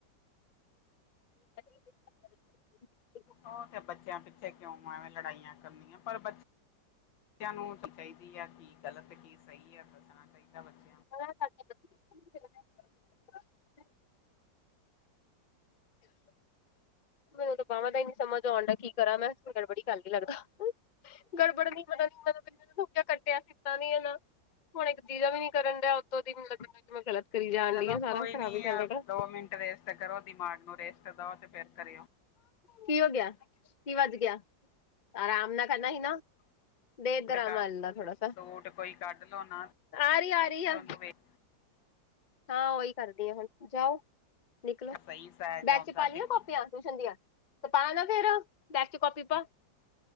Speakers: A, on the left; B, on the left.
A: <inaudible> <inaudible>
B: ਉਹ ਤੇ ਬੱਚਿਆਂ ਪਿੱਛੇ ਕਿਉਂ ਐਵੇਂ ਲੜਾਈਆਂ ਕਰਨੀਆਂ ਪਰ ਬੱਚੇ ਬੱਚਿਆਂ ਨੂੰ ਤਾਂ ਚਾਹੀਦੀ ਹੈ ਕੀ ਗ਼ਲਤ ਕੀ ਸਹੀ ਹੈ, ਦੱਸਣਾ ਚਾਹੀਦਾ ਬੱਚਾ
A: <unintelligible> ਤੇ ਉਹਦੇ ਬਾਹਾਂ ਦਾ ਹੀ ਨੀ ਸਮਝ ਆਉਣ ਡਿਆ ਕੀ ਕਰਾਂ ਮੈਂ ਕੋਈ ਗੜਬੜੀ ਈ ਲੱਗਦਾ ਐ। ਗੜਬੜ ਦੀ ਪਤਾ ਨੀ ਮਤਲਬ ਸਾ ਕੱਟਿਆ ਸੀ ਨਾ <inaudible> ਹੁਣ ਇੱਕ ਜੀਅ ਜਾ ਵੀ ਨੀ ਕਰਨ ਡਿਆ ਉੱਤੋਂ ਦੀ ਮੈਂ ਕਰੀ ਜਾਣ
B: ਚਲੋ
A: ਡਈ ਆ ਸਾਰਾ
B: ਕੋਈ
A: ਖਰਾਬ
B: ਨੀ
A: ਹੀ ਕਰ
B: ਆ
A: ਦੇਣਾ।
B: ਦੋ ਮਿੰਟ ਰੇਸਟ ਕਰੋ, ਦਿਮਾਗ ਨੂੰ ਰੇਸਟ ਦਓ ਤੇ ਫੇਰ ਕਰਿਓ।
A: ਕੀ ਹੋ ਗਿਆ? ਕੀ ਵੱਜ ਗਿਆ? ਆਰਾਮ ਨਾਲ ਕਰਨਾ ਹੀ ਨਾਂ। ਦੇਦਰਾ
B: ਟਕਾ
A: ਮੱਲ ਲਾ ਥੋੜਾ ਸਾ
B: ਸੂਟ ਕੋਈ ਕੱਢ ਲਓ ਨਾ
A: ਆਰਈ, ਆਰਈ ਆਂ।
B: ਤੇ ਉਹਨੂੰ ਵੇਖ
A: ਹਾਂ ਉਹੀ ਕਰਦੀ ਆ ਹੁਣ ਜਾਓ। ਨਿਕਲੋ
B: ਸਹੀ ਸਾਈਜ਼
A: ਬੈਗ਼
B: ਆਉਂਦਾ
A: ਚ ਪਾ ਲਈਆਂ
B: ਤੈਨੂੰ
A: ਕਾਪੀਆਂ ਟੂਸ਼ਨ ਦੀਆਂ, ਤੇ ਪਾ ਨਾ ਫੇ਼ਰ ਬੈਗ਼ ਚ ਕਾਪੀ ਪਾ।